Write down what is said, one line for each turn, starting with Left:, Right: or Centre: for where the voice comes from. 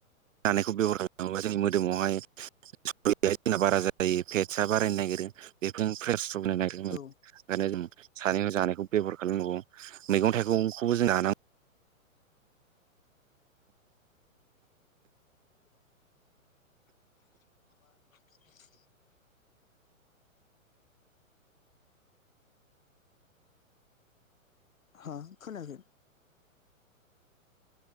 Right: जानायखौ जों बेबहार खालामोब्ला मोदावहाय स जोंना बारा जायो फेटआ बारायनो नागिरो बेफोर फ्रेस्र होननो नागिरो ओंखायनो
Left: औ
Right: जों सानै जानायखौ बेब'हार खालामनांगौ मैगं थाइगंखौबो जों <unintelligible>
Left: <inaudible> हा खोनायाखै